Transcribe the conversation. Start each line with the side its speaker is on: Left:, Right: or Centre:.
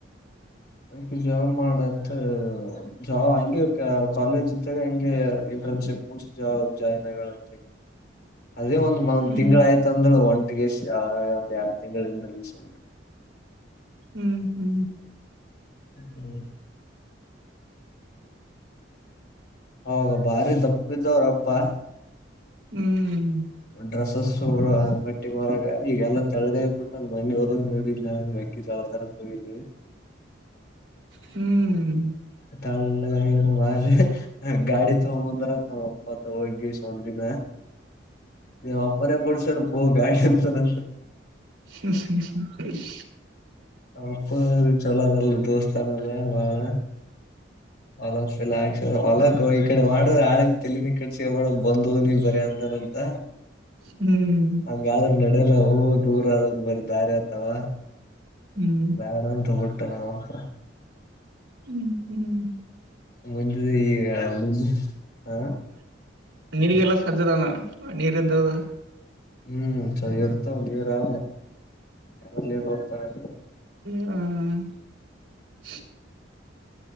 Left: ಹೆಂತಿ ಸೇವ ಮಾಡ ಅಂತ ಜಾವಾ ಹಂಗವಿಕ ಕಾಲೇಜ್ ಇದ್ದಾಗ ಹಂಗೆ <unintelligible> ನಮ್ಮ ಚೆಕ್ಪೋಸ್ಟ್ ಜಾಬ್ ಜಾಯನ್ ಆಗ್ಯಾಳಂತ ಆಕಿ ಅದೇ ಒಂದ ಮ
Right: ಹ್ಮ್
Left: ತಿಂಗಳು ಆಯ್ತ ಅಂದಳು ಒನ್ <unintelligible> ಅಂದ್ಯಾಶಾ ಒಂದ್ ಎರಡ ತಿಂಗಳ ಹಿಂದ ರೀಸೆಂಟ್ <unintelligible>
Right: ಹೂ ಹೂ
Left: ಹ್ಮ್ ಅವಾಗ ಬಾರಿ ದಪ್ಪಿದ್ದ ಅವ್ರಪ್ಪಾ.
Right: ಹ್ಮ್
Left: ಡ್ರೆಸ್ಸಸವಳ ಬಟ್ಟಿಗೋಳದಗ್ ಈಗೆಲ್ಲಾ ತೆಳ್ಳಗಾಗಬಿಟ್ಟ ಮನ್ನಿ ಹೋದಾಗ ನೋಡಿದ್ನ ಮೆಕ್ಕಿ ಜೋಳ ತರಾಕ್ ಹೋಗಿದ್ವಿ.
Right: ಹ್ಮ್ ಹ್ಮ್ ಹ್ಮ್
Left: ತೆಳ್ಳಗ ಆಗ್ಯನ್ ಅವ. ಗಾಡಿ ತೊಂಬಂದರಂತ ನಮ್ಮಪತ ಹೋಗೀಶ ಒಂದಿನ. ನೀಮ್ಮಪ್ಪನೆ ಕೋಡ್ಸೆನಪ್ಪೋ ಗಾಡಿ ಅಂತಾನಂತ್.
Right: ಹ್ಮ ಹ್
Left: ಅಪ್ಪ ಅವ್ರಿಗ ಚಲೋ ಅನಲ್ ದೋಸ್ತ ಅನಲ್ಲ ಬಾಳ. ಫಾಲೋವರ್ಸ್ ಎಲ್ಲಾ ಆಗಷಿ ಹೊಲಕ ಈಕಡೆ ಮಾಡ ಆಳಿಂದ ತೇಲಿನ ಕೆಡಸಕೊ ಬೇಡಾ ಬಂದ ಹೋಗಲಿ ಬರೇ ಅಂತಾನ <unintelligible> ಹೌದಾ
Right: ಹ್ಮ್
Left: ಹಂಗ ಆದರ <unintelligible> ನಡೆಲ್ಲಾ ಹೂ ದೂರ ಆದದು ಬರಿ ದಾರಿ ಆತಾವ
Right: ಹ್ಮ್
Left: ಬೇಡ ಅಂತ ತೊಗರಿ <unintelligible> ತಾಹಾ <unintelligible>
Right: ಹೂ ಹೂ <unintelligible>
Left: ಮುಂದಿಂದ ಈಗ ಮುಂದ ಆ <unintelligible>
Right: ನಿನಗೆಲ್ಲ ಸಜ್ಜ ಅದಾನ್ ನೀರಿಂದ ಅದ? <unintelligible>
Left: ಹೂ ಸರಿ ಇರ್ತವ ನೀರಾ ಅದೇ ನೀರ ಬರ್ತಾವ <unintelligible>
Right: ಹ <unintelligible>